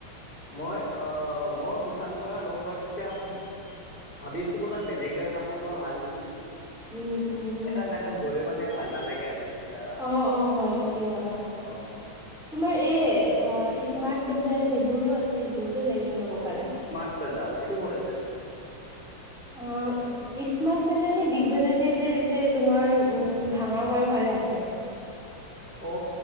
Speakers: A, on the left; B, in the centre.
A: মই অহ মই বিশালৰ পৰা লওঁ বাট এতিয়া মই ভাবিছো কৰবাত বেলেগ জেগা কাপোৰ লোৱা ভাল নেকি?
B: উম, উম।
A: এটা জেগাত গলে মানে ভাল নালাগে আৰু। এতিয়া
B: অ অ হয় ঠিকেই কলা,
A: অ'
B: তোমাৰ এই অ স্মাৰ্ট বজাৰ সেইবোৰো আছে, সেইবোৰতো যাই কিনে ল'ব
A: অ'
B: পাৰা।
A: স্মাৰ্ট বজাৰ এইটো ক'ত আছে?
B: অ, স্মাৰ্ট বাজাৰ নে বিগ বাজাৰ যে এতিয়া যে তোমাৰ ভাঙা ঘৰ ফালে আছে।
A: অ